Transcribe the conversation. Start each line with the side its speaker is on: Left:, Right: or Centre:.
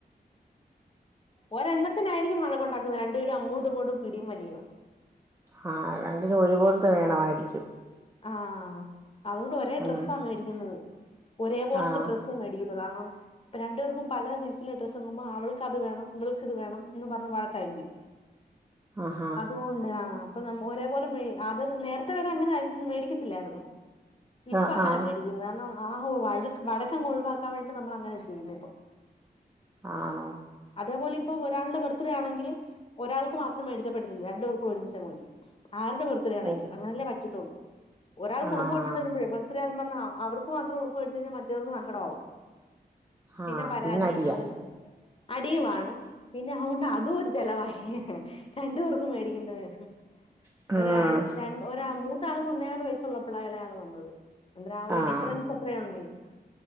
Left: ഒരണ്ണത്തിനായിരിക്കും വഴക്കുണ്ടാക്കുന്നത് രണ്ട് പേരും അങ്ങോട്ടും ഇങ്ങോട്ടുംപിടിയും വലിയാ
Right: ഹാ രണ്ടിനും ഒര് പോലത്തെ വേണമായിരിക്കും
Left: ആഹ് അതുകൊണ്ട് ഒരേ
Right: ഉം
Left: ഡ്രസ്സാ മേടിക്കുന്നത് ഒരേപോലത്തെ
Right: ആഹ്
Left: ഡ്രസ്സ് മേടി പ്പം രണ്ട് പേർക്കും പല സൈസ് ള്ളഡ്രസ് വാങ്ങുമ്പോ അവൾക്ക് അത് വേണ്ണം ഇവൾക്ക് ഇത് വേണ്ണം എന്ന് പറഞ്ഞ് വഴക്കായി ഉം
Right: ആഹാ
Left: അതുകൊണ്ട് ആഹ് അപ്പൊ ഒരേപോലെ അത് നേരത്തെ വരെ അങ്ങനെ മേടിക്കത്തില്ലാര്ന്നു ഇപ്പ
Right: ആഹ്
Left: അങ്ങനല്ല
Right: ആഹ്
Left: <unintelligible> ആഹ് ഹോ വഴ വടക്കങ്ങ് ഒഴിവാക്കാൻ വേണ്ടിട്ട് നമ്മൾ അങ്ങനെ ചെയ്യുന്നെ പ്പൊ
Right: ആണോ
Left: അതേപോലെ ഇപ്പം ഒരാളുടെ ബർത്ത്ഡേ ആണെങ്കിൽ ഒരാൾക്ക് മാത്രം മേടിച്ചാ പറ്റത്തില്ല രണ്ടുപർക്കും ഒരുമിച്ചങ്ങ് മേടിക്കും ആരുടെ ബർത്ത്ഡെ ആണെങ്കിലും
Right: ഓ
Left: അങ്ങനല്ലേ പറ്റത്തുള്ളൂ ഒരാൾക്കുടുപ്പ്
Right: ആഹ്
Left: മേടിച്ചോണ്ട് വരുമ്പോയെ ബർത്ത് ഡേ <unintelligible> അവർക്ക് മാത്രം ഉടുപ്പ് മേടിച്ചു കഴിഞ്ഞാ മറ്റേവർക്ക് സങ്കടാവും
Right: ആഹ്
Left: പിന്നെ പരാതി
Right: പിന്നടിയാ
Left: അങ്ങനെ അടിയുമാണ് പിന്നെ അതൊണ്ട് അതും ഒരു ചെലവായി രണ്ടു പേർക്കും മേടിക്കേണ്ടി <unintelligible>
Right: ആഹ്
Left: ഒന്നേകാല് വയസ്സുള്ള <unintelligible> ആ ഒരു
Right: ആഹ്
Left: ഡിഫറൻസ് അത്രയ ഉണ്ടല്ലോ